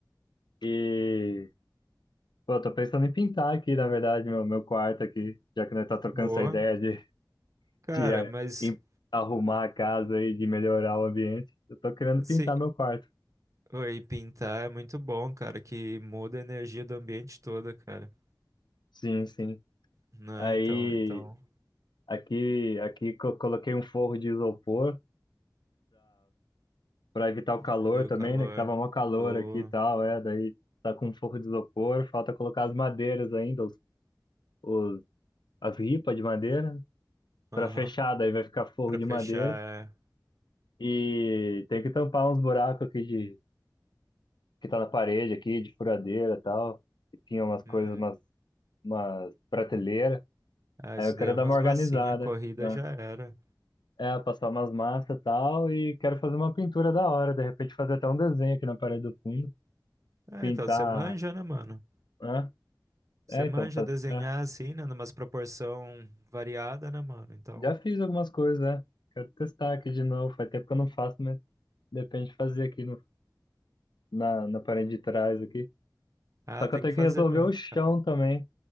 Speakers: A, on the left; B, on the right.
A: E, pô, eu tô pensando em pintar aqui, na verdade, meu, meu quarto aqui, já que nós tá trocando
B: boa.
A: essa ideia de,
B: Cara,
A: de é,
B: mas
A: em- arrumar a casa e de melhorar o ambiente. Eu tô querendo
B: assim,
A: pintar meu quarto.
B: oi, pintar é muito bom, cara, que muda a energia do ambiente toda, cara.
A: Sim, sim.
B: Né?
A: Aí,
B: Então, então
A: aqui, aqui co- coloquei um forro de isopor. Pra evitar o
B: diminui
A: calor também,
B: o calor.
A: né? Que tava mó calor
B: Boa.
A: aqui e tal, é. Daí tá com um forro de isopor, falta colocar as madeiras ainda, os, os- as ripas de madeira, né,
B: Aham.
A: pra fechar, daí vai ficar forro
B: Pra
A: de
B: fechar,
A: madeira. E tem que tampar uns buracos aqui de, que tá na parede aqui, de furadeira e tal. E tinha umas coisas,
B: é, hum,
A: umas, umas prateleiras.
B: ah,
A: Aí
B: isso
A: eu
B: daí
A: quero
B: é umas
A: dar uma organizada,
B: massinhas, corrida
A: né?
B: já era.
A: É, passar umas massas e tal, e quero fazer uma pintura da hora, de repente fazer até um desenho aqui na parede do fundo,
B: Ah,
A: pintar,
B: então você manja, né, mano?
A: né?
B: Você
A: É,
B: manja
A: então, faz,
B: desenhar
A: é.
B: assim, né, numas proporção variada, né, mano? Então,
A: Já fiz algumas coisas, né? Quero testar aqui de novo. Faz tempo que eu não faço, mas depende de fazer aqui no, na, na parede de trás aqui.
B: ah,
A: Só
B: tem
A: que eu tenho
B: que fazer
A: que resolver
B: mesmo,
A: o chão
B: cara.
A: também,